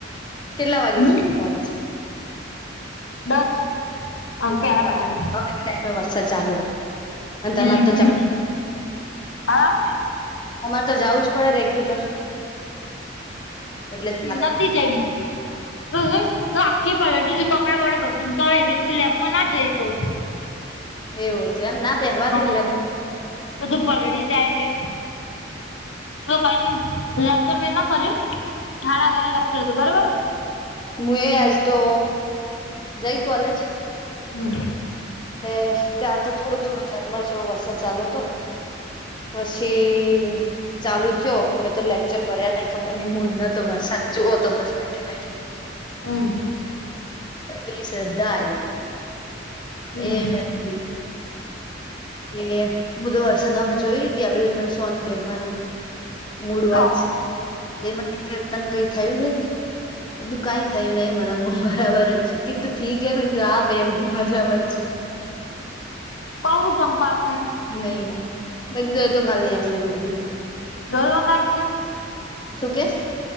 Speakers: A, on the left (about 25°); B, on the left (about 80°).
A: કેટલા વાગે જઈ
B: હ
A: હતી કોલેજ
B: દસ અન પેલા
A: બરાબર
B: પેલા
A: હ ટાઈ વરસાદ ચાલ્યો હતો અને તમારે
B: હમ
A: તો
B: હા
A: તમારે તો જવું જ પડે રેગ્યુલર એટલે ચ
B: નથી જઈ હું હ તો આખી પ કપડાં વપડા બધું ઊમતા હોય એવી તમે લેબમાં ના જઈ તો
A: એવું હતું એમ ના પહેવા
B: હા
A: દે લ
B: બધું પલડી જાય એટલે તો ભાઈ મે ના પ કર લી હત બરોબર
A: મુું એ આજ તો જઈ કોલેજ
B: હમ
A: એટલે ત્યાર તો થોડો થોડો ઝરમર જેવો વરસાદ ચાલુ હતો પછી ચાલુ થયો પણ મેમે તો લેક્ચર ભર્યા નહી ખબર નઈ મૂડ ન તો માર સાચચુઓ તો બસ બેઠે બેઠે
B: હમ
A: પેલી શ્રદ્ધા આઈ
B: હમ
A: એ મેઠી એ બધો વરસાદમે જોય રી ત આવી સોંત બેવાનો મૂડવાય
B: તો
A: જ છે તેમાં તને કઈ થયું છે કે બધું કઈ થયું નહીિ મરા મુ બરાબર જ છે શકી તો ઠીક હ આ બેન મજામાં જ છું બધું
B: કહ જમપ છ
A: નહી લખધું એ તો ખાલી એમને એમ કીધું
B: દોલવા કાઢું દ્યા
A: તું કે